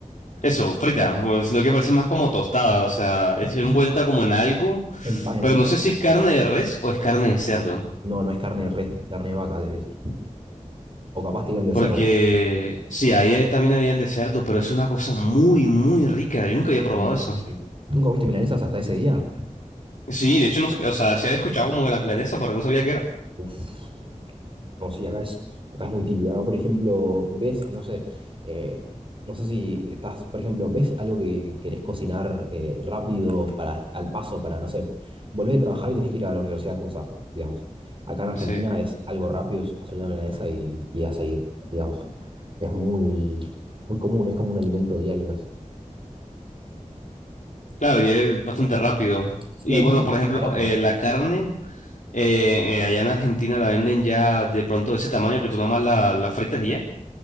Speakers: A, on the left; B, on the right.
A: Eso, frita, o sino que parece más como tostada, o sea, es
B: Ujú.
A: envuelta como en algo,
B: En, pa- en
A: pero
B: sí,
A: no
B: en-
A: sé si es carne de res o es carne de cerdo.
B: no, no es carne de res, carne de vaca, de eso. O capaz te de
A: Porque
B: cerdo.
A: sí, ahí también habían de cerdo, pero es una cosa muy, muy rica. Yo nunca había probado
B: Sí,
A: eso.
B: sí, sí. ¿Nunca viste milanesas hasta ese día?
A: Sí, de hecho, no, sé, o sea, se había escuchado como que la milanesa, pero no sabía qué era.
B: Uf. No, sí, acá es, acá es muy típico. Acá, por ejemplo, ves, no sé, eh, no sé si estás, por ejemplo, ves algo que, que querés cocinar eh, rápido, para, al paso, para, no sé, volvés de trabajar y tenés que ir a la universidad a cursar, digamos. Acá en Argentina
A: Sí,
B: es algo rápido, es hacer una milanesa y, y a seguir, digamos. Es muy, muy común, es como un alimento diario casi.
A: claro, y es bastante rápido.
B: Sí,
A: Y
B: además
A: bueno, por ejemplo,
B: es barato.
A: eh, la carne, eh, eh, allá en Argentina la venden ya de pronto de ese tamaño que tú nada más la, la fritas y ya.